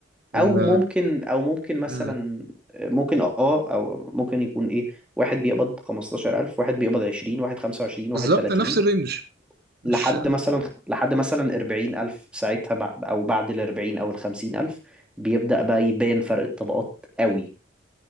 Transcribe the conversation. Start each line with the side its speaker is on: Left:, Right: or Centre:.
Right: ان
Centre: او ممكن او ممكن مثلا
Right: مم.
Centre: ممكن اه او ممكن يكون ايه واحد بيقبض 15000 واحد بيقبض 20 واحد 25
Right: بالظبط
Centre: واحد 30
Right: نفس الرينج مش
Centre: لحد مثلا لحد مثلا 40000 ساعتها بع- أو بعد ال 40 أو ال 50000 بيبدأ بقى يبان فرق الطبقات قوي